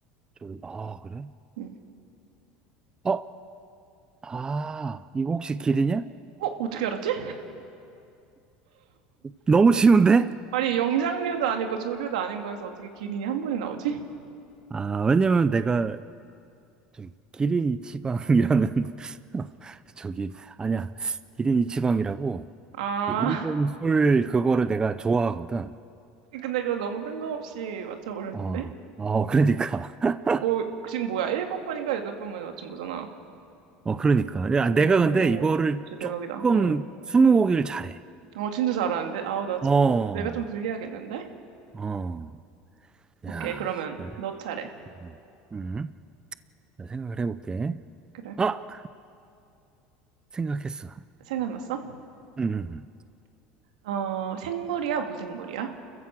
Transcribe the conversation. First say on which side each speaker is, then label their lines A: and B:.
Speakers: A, on the right (about 20°); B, on the right (about 85°).
A: 저 아, 그래?
B: 음.
A: 어? 아, 이거 혹시 길이냐?
B: 어? 어떻게 알았지?
A: 너무 쉬운데?
B: 아니, 영장류도 아니고 조류도 아닌 거에서 어떻게 기린이 한 번이 나오지?
A: 아, 왜냐면 내가 저기 기린이 치방이라는 <laughs> 저기 아니야 기린이 치방이라고
B: 아,
A: 그 일본 술 그거를 내가 좋아하거든.
B: 근데 그거 너무 뜬금없이 맞춰버렸는데?
A: 어, 어 그러니까 <laughs>
B: 오, 지금 뭐야? 일곱 번인가 여덟 번 만에 맞춘 거잖아.
A: 어 그러니까 야,
B: 오,
A: 내가 근데 이거를
B: 진짜
A: 조금
B: 대박이다. 응.
A: 스무고기를 잘해.
B: 어, 진짜 잘하는데? 아우, 나, 진-
A: 어,
B: 내가 좀 불리하겠는데?
A: 어, 야
B: 오케이, 그러면
A: 그래.
B: 너 차례.
A: 음, 음. 자, 생각을 해볼게.
B: 그래.
A: 아 생각했어.
B: 생각났어?
A: 음, 음, 음.
B: 어, 생물이야, 무생물이야?